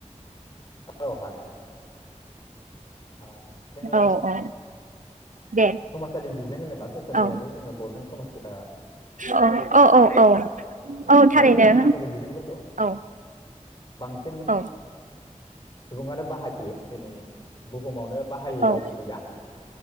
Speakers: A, on the left; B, on the right.
A: औ हागोन। आं जों ओ
B: औ औ दे
A: समाजारि बिजों होनोबा। ससेल
B: औ
A: मिडियाखौ जोङो बरदों। <unintelligible>
B: औ औ औ औ औ थारैनो
A: दा जोङो समाजारि बिजोंफोरखौ
B: औ
A: बांसिन
B: औ।
A: सुबुङानो बाहायो दिनै बुहुमावनो बाहायै
B: औ
A: रावबो गैया।